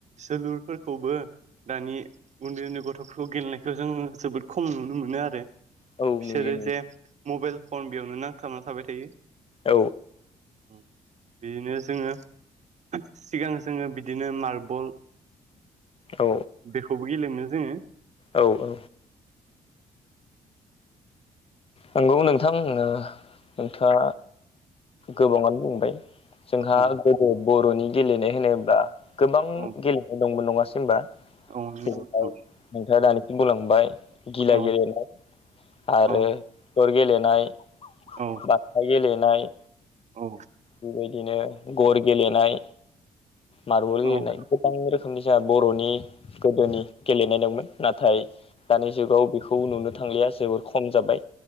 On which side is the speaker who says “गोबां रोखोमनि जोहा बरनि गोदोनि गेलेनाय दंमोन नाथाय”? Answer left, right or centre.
Left